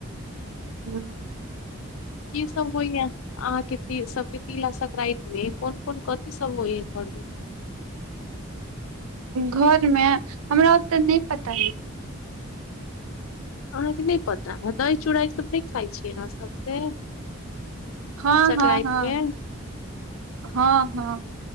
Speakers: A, on the right; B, on the left.
A: हूँ <inaudible>
B: की सब होइया अहाँके सबके तिला संक्राति मे कोन कोन कथि सब होइयै घर मे
A: घर मे हमरा ओते नहि पता हय
B: अहाँके नहि पता है दही चूड़ा ई सभ नहि खाइ छियै अहाँ सभ से
A: हँ
B: संक्रान्ति
A: हँ हँ
B: मे
A: हँ हँ